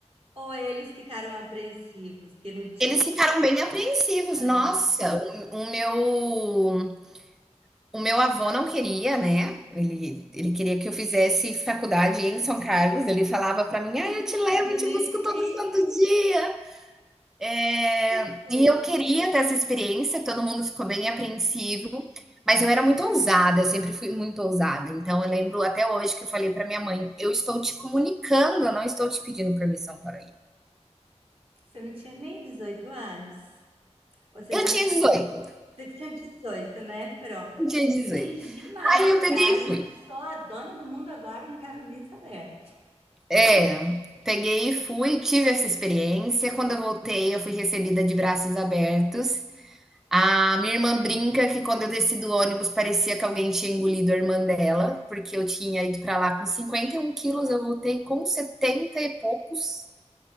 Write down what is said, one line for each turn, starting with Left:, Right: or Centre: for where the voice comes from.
Right: ou eles ficaram apreensivos? Porque no dia,
Centre: eles ficaram bem apreensivos.
Right: Ah,
Centre: Nossa, o meu O meu avô não queria, né? Ele, ele queria que eu fizesse faculdade em São Carlos. Ele falava para mim: ah,
Right: <laughs>
Centre: eu te levo
Right: Benedinho,
Centre: e te busco todo santo dia. É,
Right: isso.
Centre: e eu queria ter essa experiência. Todo mundo ficou bem apreensivo, mas eu era muito ousada. Eu sempre fui muito ousada. Então eu lembro até hoje que eu falei para minha mãe: eu estou te comunicando, eu não estou te pedindo permissão para ir.
Right: Você não tinha nem 18 anos. Você
Centre: Eu
Right: já
Centre: tinha 18.
Right: você tinha 18, né? Pronto.
Centre: eu tinha 18.
Right: Atingi maioridade,
Centre: Aí eu peguei e fui.
Right: sou a dona do mundo agora, não quero nem saber.
Centre: É, peguei e fui, tive essa experiência. Quando eu voltei, eu fui recebida de braços abertos. A minha irmã brinca que quando eu desci do ônibus parecia que alguém tinha engolido a irmã dela, porque eu tinha ido para lá com 51 quilos, eu voltei com 70 e poucos.